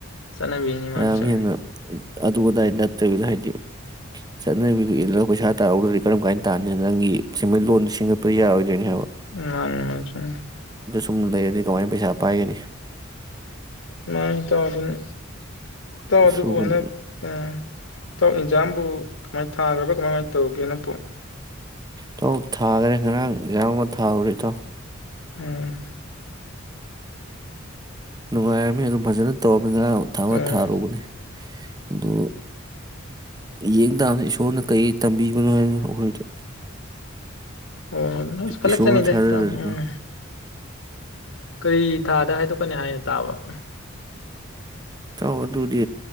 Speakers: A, on the left; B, on the right.
A: ꯆꯠꯅꯕꯤꯅꯤ ꯃꯥꯅ
B: ꯌꯥꯝ
A: ꯆꯨꯝꯃꯤ
B: ꯍꯦꯟꯅ ꯑꯗꯨ ꯑꯗꯥꯏ ꯅꯠꯇꯕꯤꯗ ꯍꯥꯏꯗꯤ ꯆꯠꯅꯕꯤꯗꯨ ꯏꯜꯂꯒ ꯄꯩꯁꯥ ꯇꯥꯔꯧꯗ꯭ꯔꯗꯤ ꯀꯔꯝ ꯀꯥꯏꯅ ꯇꯥꯅꯤ ꯅꯪꯒꯤ ꯁꯦꯟꯃꯤꯠꯂꯣꯟꯁꯤ ꯁꯤꯡꯒꯄꯔꯤꯎ ꯑꯣꯏꯖꯅꯤ ꯍꯥꯏꯕ
A: ꯃꯥ ꯃꯖ
B: ꯆꯨꯝꯅ ꯂꯩꯔꯗꯤ ꯀꯃꯥꯏꯅ ꯄꯩꯁꯥ ꯄꯥꯏꯒꯅꯤ
A: ꯃꯥ ꯇ ꯑꯗꯨ ꯑꯗꯨꯅ ꯇ ꯑꯗꯨꯕꯨ
B: ꯁꯨꯕ
A: ꯍꯅ ꯑ ꯑꯦꯟꯖꯥꯝꯕꯨ ꯀꯃꯥꯏꯅ ꯊꯥꯈ꯭ꯔꯕꯥ ꯀꯃꯥꯏꯅ ꯇꯧꯒꯦꯅ
B: ꯇꯧ ꯊꯥꯈꯔꯦ ꯉꯔꯥꯡ ꯌꯥꯝꯥꯡ ꯑꯃ ꯊꯥꯔꯔꯤ ꯇꯧ
A: ꯎꯝ
B: ꯅꯨꯡꯉꯥꯏ ꯑꯗꯨꯝ ꯐꯖꯅ ꯇꯧ ꯃ ꯉ꯭ꯔꯥꯡ ꯑꯃꯨ ꯊꯥ ꯑꯃ
A: ꯎꯝ
B: ꯊꯥꯔꯨꯕꯅꯦ ꯑꯗꯣ ꯌꯦꯡ ꯇꯕ ꯏꯁꯣꯔꯅ ꯀꯔꯤ ꯇꯝꯕꯤꯕꯅꯣ ꯍꯥꯏꯕꯗ ꯑꯩꯈꯣꯏꯗ
A: ꯎꯝ ꯑꯣ ꯀꯂꯁꯟ
B: ꯏꯁꯣꯔ
A: ꯏꯗꯇ
B: ꯊꯥꯖꯗ꯭ꯔꯗꯤꯀꯣ
A: ꯎꯝ ꯀꯔꯤ ꯊꯥꯗ ꯍꯥꯏꯗꯣꯛꯀꯅꯤ ꯍꯥꯏꯅ ꯇꯥꯕ
B: ꯇ ꯑꯗꯨꯗꯤ